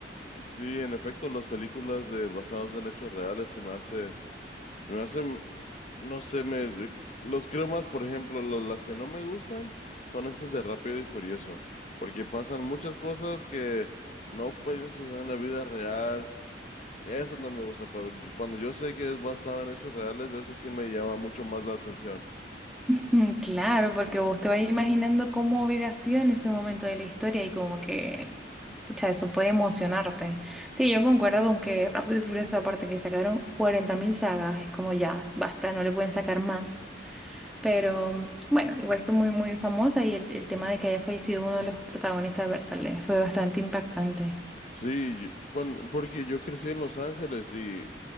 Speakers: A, on the left; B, in the centre.
A: sí, en efecto, las películas de basadas en hechos reales se me hace, se me hacen, no sé, me los creo más, por ejemplo, lo- las que no me gustan son esas de Rápido y Furioso, porque pasan muchas cosas que no pueden suceder en la vida real. Esas no me gustan, pero yo- cuando yo sé que es basado en hechos reales, eso sí me llama mucho más la atención.
B: Mm, Claro, porque vos te vas imaginando cómo hubiera sido en ese momento de la historia y como que, pucha, eso puede emocionarte. Sí, yo concuerdo con que Rápido y Furioso, aparte que sacaron 40.000 sagas, es como ya, basta, no le pueden sacar más. Pero mm, bueno, igual fue muy, muy famosa y el, el tema de que haya fallecido uno de los protagonistas de Bertale fue bastante impactante.
A: Sí, cuando, porque yo crecí en Los Ángeles y